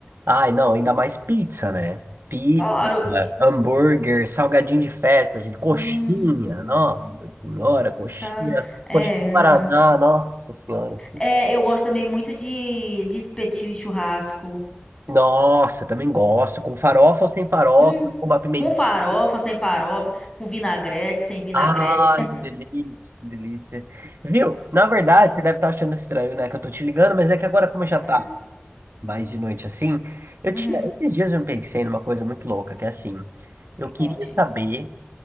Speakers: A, on the right; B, on the left.
A: Ai, não, ainda mais pizza, né? Pizza,
B: Claro.
A: hambúrguer, salgadinho de festa, gente, coxinha,
B: Hum,
A: nossa senhora, coxinha,
B: tá. É,
A: coxinha de Paraná,
B: não.
A: nossa senhora.
B: É, eu gosto também muito de, de espetinho de churrasco.
A: Nossa, também gosto, com farofa ou sem farofa,
B: Hum,
A: com uma pimentinha
B: com farofa, sem farofa, com vinagrete, sem vinagrete.
A: Ai, que delícia, que delícia. Viu? Na verdade,
B: Sim.
A: você deve estar achando estranho, né? Que eu tô te ligando, mas é que agora, como já
B: Hum,
A: tá mais de noite assim, eu
B: Uhum.
A: tinha. Esses dias eu me pensei numa coisa muito louca, que é assim, eu
B: Conte.
A: queria saber